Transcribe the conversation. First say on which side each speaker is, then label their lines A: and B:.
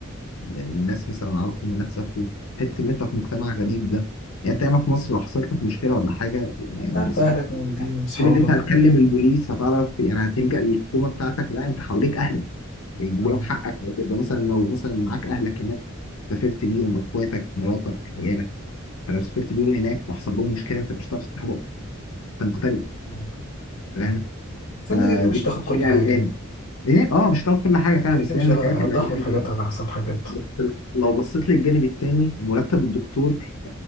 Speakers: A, on the left; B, on the left.
A: الناس مثلا اعرفهم هناك سافروا حته ان انت في مجتمع غريب ده يعني انت هنا في مصر لو حصلت لك مشكله ولا حاجه يعني
B: انت عارف
A: سيب
B: اهلك موجودين واصحابك
A: سيب ان انت هتكلم
B: وبتاع
A: البوليس هتعرف يعني هتلجأ للحكومه بتاعتك لا انت حواليك اهلك بيجيبوا
B: اه
A: لك حقك يبقى مثلا لو مثلا معاك اهلك هناك سافرت بيهم اخواتك مراتك عيالك فلو سافرت بيهم هناك وحصل لهم مشكله انت مش هتعرف تصلحها انت مغترب
B: آه.
A: فاهم
B: بس
A: فدي
B: انت كده كده مش
A: كانت
B: هتاخد كل
A: حاجه
B: حاجه
A: قلقاني
B: يعني
A: ايه اه مش هتعرف كل حاجه فعلا
B: كده
A: بس
B: كده مش
A: هي من
B: هتاخد-
A: الحاجات
B: هتضحي
A: اللي قلقاني
B: بحاجات
A: جدا
B: على حساب حاجات
A: بس لو بصيت للجانب التاني مرتب الدكتور